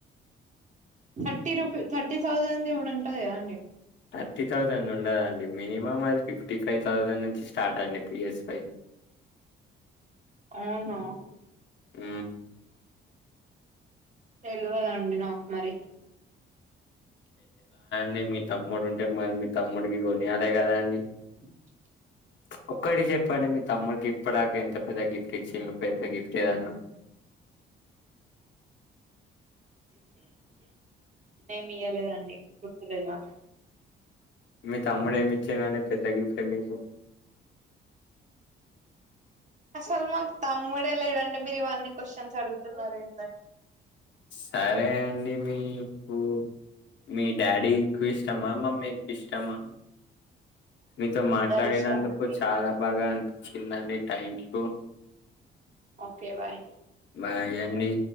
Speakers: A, on the right; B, on the left.
A: థర్టీ రూపీస్ థర్టీ థౌజండ్ కూడా ఉంటది కదా అండి
B: ఫిఫటీ థౌజండ్ ఉండదండి మినిమం అది ఫిఫ్టీ ఫైవ్ థౌజండ్ నుంచి స్టార్ట్ అండి ఆది పి ఎస్ ఫై ఆ
A: అవునా
B: ఉమ్
A: తేల్వదండి నాకు మరి
B: నీ మీ తమ్ముడు ఉంటే మరి మీ తమ్ముడికి కొనియాలి కదా అండి
A: <inaudible>
B: <inaudible> ఒక్కటి చెప్పండి మీ తమ్ముడికి ఇప్పడాక ఎంత పెద్ద గిఫ్ట్ ఇచ్చి పెద్ద గిఫ్ట్ ఏదన్న <inaudible>
A: ఏమి ఇయలేదండి గుర్తులేదు నాకు
B: మీ తమ్ముడు ఏమిచ్చండండి పెద్ద గిఫ్ట్ మీకు
A: అసలు మాకు తమ్ముడే లేడండి మీరు ఇవన్నీ క్వశ్చన్స్ అడుగుతున్నారు ఏంట
B: సరే అండి మీ ఇళ్లు మీ డాడీ ఎక్కువ ఇష్టమా మమ్మీ ఎక్కువ ఇష్టమా మీతో మాట్లాడినందుకు
A: ఇద్దరు ఇష్టం అండి
B: చాలా బాగా అన్ చిన్నండి థ్యాంక్ యూ
A: ఓకే బాయ్
B: మరియన్ని